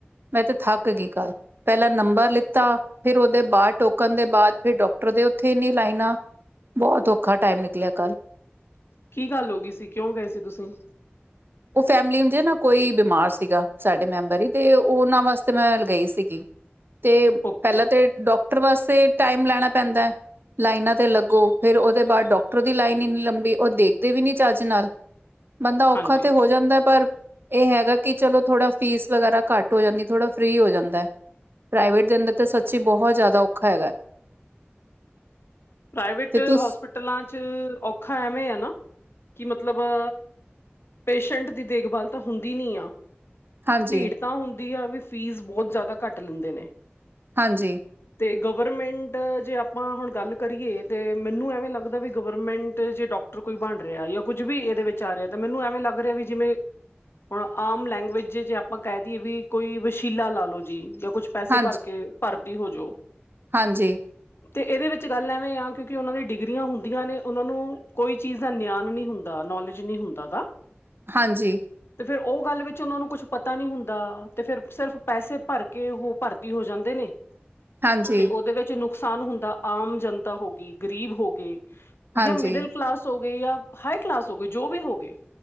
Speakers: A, on the right; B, on the left.
A: ਮੈਂ ਤੇ ਥੱਕ ਗੀ ਕੱਲ। ਪੈਲਾਂ ਨੰਬਰ ਲਿੱਤਾ ਫਿਰ ਓਦੇ ਬਾਅਦ ਟੋਕਣ ਦੇ ਬਾਅਦ ਫਿਰ ਡਾਕਟਰ ਦੇ ਓਥੇ ਇਨ੍ਹੀਂ ਲਾਈਨਾਂ। ਬੋਤ ਔਖਾ ਟਾਈਮ ਨਿਕਲਿਆ ਕੱਲ।
B: ਕੀ ਗੱਲ ਹੋ ਗਈ ਸੀ, ਕਿਉਂ ਗਏ ਸੀ ਤੁਸੀਂ?
A: ਓਹ ਫੈਮਿਲੀ ਚ ਨਾ ਕੋਈ ਬਿਮਾਰ ਸੀਗਾ, ਸਾਡੇ ਮੈਂਬਰ ਈ ਤੇ ਓਨਾਂ ਵਾਸਤੇ ਮੈਂ ਗਈ ਸੀਗੀ।
B: <inaudible>
A: ਤੇ
B: ਓਕੇ,
A: ਪੈਲਾਂ ਤੇ ਡਾਕਟਰ ਵਾਸਤੇ ਟੈਮ ਲੈਣਾ ਪੈਂਦਾ। ਲਾਈਨਾਂ ਤੇ ਲੱਗੋ ਫਿਰ ਓਦੇ ਬਾਅਦ ਡਾਕਟਰ ਦੀ ਲਾਈਨ ਇੰਨੀ ਲੰਬੀ, ਓਹ ਦੇਖਦੇ ਵੀ ਨੀਂ ਚੱਜ ਨਾਲ। ਬੰਦਾ ਔਖਾ
B: ਹਾਂਜੀ।
A: ਤੇ ਹੋ ਜਾਂਦਾ ਪਰ ਇਹ ਹੈਗਾ ਕਿ ਚਲੋ ਥੋੜਾ ਫੀਸ ਵਗੈਰਾ ਘੱਟ ਹੋ ਜਾਂਦੀ ਥੋੜਾ ਫਰੀ ਹੋ ਜਾਂਦੈ। ਪ੍ਰਾਈਵੇਟ ਦੇ ਅੰਦਰ ਦੇ ਸੱਚੀ ਬਹੁਤ ਜ਼ਿਆਦਾ ਔਖਾ ਹੈਗੈ।
B: ਪ੍ਰਵੇਟਸਪ
A: ਤੇ ਤੁਸ
B: ਪਟਲਾਂ ਚ ਔਖਾ ਐਵੇਂ ਹੈ ਨਾ ਕਿ ਮਤਲਬ ਅ ਪੇਸ਼ੈਂਟ ਦੀ ਦੇਖਭਾਲ ਤਾਂ ਹੁੰਦੀ ਨੀ ਆ।
A: ਹਾਂਜੀ
B: ਭੀੜ ਤਾਂ ਹੁੰਦੀ ਆ ਵੀ ਫੀਸ ਬਹੁਤ ਜ਼ਿਆਦਾ ਘੱਟ ਲੈਂਦੇ ਨੇ।
A: ਹਾਂਜੀ।
B: ਤੇ ਗਵਰਮੈਂਟ ਜੇ ਆਪਾਂ ਹੁਣ ਗੱਲ ਕਰੀਏ ਤੇ ਮੈਨੂੰ ਐਵੇਂ ਲੱਗਦਾ ਵੀ ਗਵਰਮੈਂਟ ਜੇ ਡਾਕਟਰ ਕੋਈ ਬਣ ਰਿਹਾ ਜਾਂ ਕੁੱਝ ਵੀ ਇਹਦੇ ਵਿੱਚ ਆ ਰਿਹਾ ਤੇ ਮੈਨੂੰ ਐਵੇਂ ਲੱਗ ਰਿਹਾ ਵੀ ਜਿਵੇਂ ਹੁਣ ਆਮ ਲੈਂਗੁਏਜੇ ਜੇ ਆਪਾਂ ਕਹਿ ਦਈਏ ਵੀ ਕੋਈ ਵਸ਼ੀਲਾ ਲਾ ਲੋ ਜੀ ਜਾਂ ਕੁਛ ਪੈਸੇ
A: ਹਾਂਜੀ
B: ਭਰ ਕੇ ਭਰਤੀ ਹੋਜਓ
A: ਹਾਂਜੀ
B: ਤੇ ਇਹਦੇ ਵਿੱਚ ਚ ਗੱਲ ਐਵੇਂ ਆ, ਕਿਉਂਕਿ ਉਹਨਾਂ ਦੀ ਡਿਗਰੀਆਂ ਹੁੰਦੀਆਂ ਨੇ ਉਹ ਨੂੰ ਕੋਈ ਚੀਜ਼ ਦਾ ਨਿਆਨ ਨਹੀਂ ਹੁੰਦਾ ਨੌਲੇਜ ਨਹੀਂ ਹੁੰਦਾ ਔਦਾ।
A: ਹਾਂਜੀ।
B: ਤੇ ਫੇਰ ਉਹ ਗੱਲ ਵਿੱਚ ਉਹਨਾਂ ਨੂੰ ਕੁਛ ਪਤਾ ਨੀ ਹੁੰਦਾ ਤੇ ਫੇਰ ਸਿਰਫ ਪੈਸੇ ਭਰ ਕੇ ਉਹ ਭਰਤੀ ਹੋ ਜਾਂਦੇ ਨੇ।
A: ਹਾਂਜੀ
B: ਤੇ ਉਹਦੇ ਵਿੱਚ ਨੁਕਸਾਨ ਹੁੰਦਾ ਆਮ ਜਨਤਾ ਹੋ ਗਈ, ਗਰੀਬ ਹੋ ਗਏ
A: ਹਾਂਜੀ
B: ਜਾਂ ਮਿਡਲ ਕਲਾਸ ਹੋਗੇ, ਜਾਂ ਹਾਈ ਕਲਾਸ ਹੋਗੇ ਜੋ ਵੀ ਹੋਗੇ